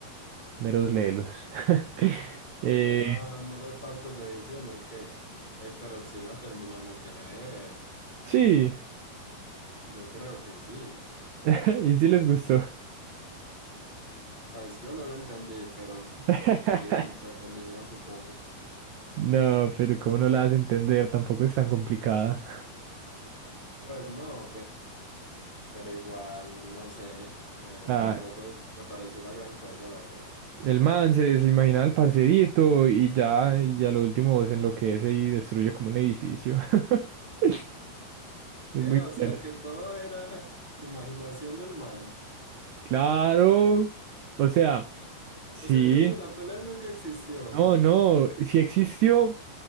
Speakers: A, on the right; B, on the left.
A: meros lelos. <laughs> Eh,
B: mera, meros faltos de visión o qué. Ey, pero sí la terminamos de ver,
A: sí.
B: yo creo que sí.
A: <laughs> Y sí les gustó.
B: Pues yo no la entendí, pero
A: <laughs>
B: sí, entretenida, supongo.
A: No, pero cómo no la hace entender, tampoco es tan complicada.
B: Pues no, pero, pero igual, no sé, eh,
A: O sea,
B: tampoco es, me pareció la gran cosa, la verdad.
A: el man se, se imaginaba el parcerito y ya, y a lo último se enloquece y destruye como un edificio. <laughs> Es
B: ¿Qué?
A: muy
B: O sea,
A: buena.
B: que todo era imaginación del man.
A: Claro. O sea, sí.
B: Ese club de la pelea nunca existió.
A: No, no, sí existió,